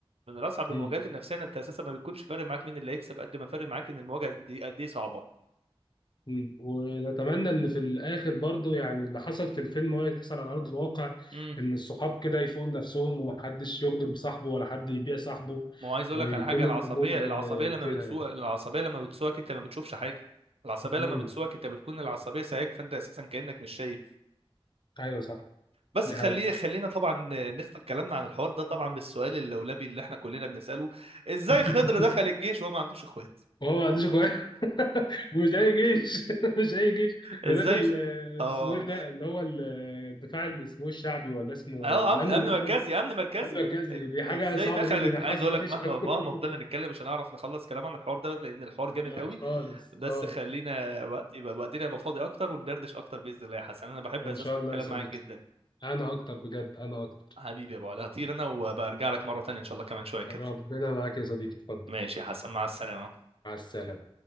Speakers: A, on the right; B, on the left.
A: من اصعب
B: مم.
A: المواجهات النفسيه إن انت اساسا ما بيكونش فارق معاك مين اللي هيكسب قد ما فارق معاك ان المواجهه دي قد ايه صعبه
B: مم. ونتمنى ان في الاخر برضو يعني اللي حصل في الفيلم هو يحصل على ارض الواقع
A: امم
B: ان الصحاب كده يفوقوا نفسهم ومحدش يغدر بصاحبه ولا حد يبيع صاحبه
A: ما هو عايز اقول
B: ويكون
A: لك على حاجه العصبيه
B: الامور
A: العصبيه
B: آه، كده
A: لما بتسوق
B: يعني
A: العصبيه لما بتسوقك انت ما بتشوفش حاجه العصبيه
B: مم.
A: لما بتسوقك انت بتكون العصبيه سايقك فانت اساسا كانك مش شايف
B: ايوه صح
A: بس
B: دي
A: خلي
B: حقيقة
A: خلينا طبعا نختم كلامنا عن الحوار ده طبعا بالسؤال اللولبي اللي احنا كلنا بنسأله ازاي
B: <laughs>
A: خضر دخل الجيش وهو ما عندوش اخوات
B: هو ما عندوش اخوات <laughs> ومش اي جيش <laughs> مش اي جيش
A: ازاي
B: ده داخل
A: خ...
B: آه،
A: اه
B: اسمه ايه ده اللي هو ال- آه، الدفاع اللي اسمه إيه الشعبي ولا اسمه
A: اه
B: الامن
A: امن امن
B: المركزي
A: مركزي امن مركزي
B: الامن المركزي
A: أيوة.
B: دي
A: ازاي
B: حاجه صعبه
A: دخل
B: جدا يا
A: عايز
B: حظ
A: اقول
B: وحش
A: لك مهما
B: قوي
A: مهما فضلنا
B: <laughs>
A: نتكلم مش هنعرف نخلص كلام عن الحوار ده لان الحوار جامد
B: لا
A: قوي
B: خالص
A: بس
B: اه
A: خلينا وقت يبقى وقتنا يبقى فاضي اكتر وندردش اكتر باذن الله يا حسن انا بحب
B: ان
A: اساسا
B: شاء
A: الكلام
B: الله يا صديقي
A: معاك جدا
B: انا اكتر بجد انا اكتر
A: حبيبي يا ابو علي هطير انا وبرجع لك مره تانية ان شاء الله كمان شويه كده
B: ربنا معاك يا صديقي اتفضل
A: ماشي يا حسن مع السلامه
B: مع السلامه